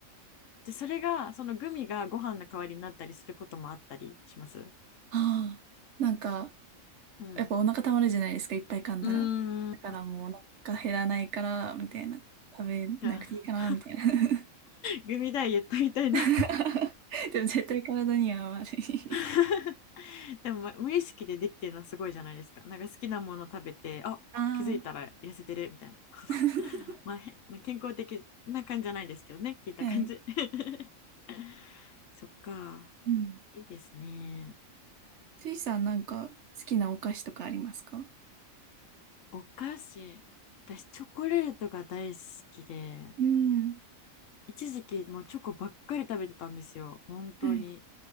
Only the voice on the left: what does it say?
で、それが、そのグミがご飯の代わりになったりすることもあったりします
うん。
うーん。
じゃあ
グミダイエットみたいな
<laughs> でも、ま無意識でできてるのはすごいじゃないですか。なんか好きなもの食べて、あ、
気づいたら痩せてるみたいな。<laughs>
まあ、へ健康的な感じじゃないですけどね、聞いた感じ。
<laughs> そっか、
いいですね。
お菓子、私、チョコレートが大好きで、
一時期もうチョコばっかり食べてたんですよ、本当に。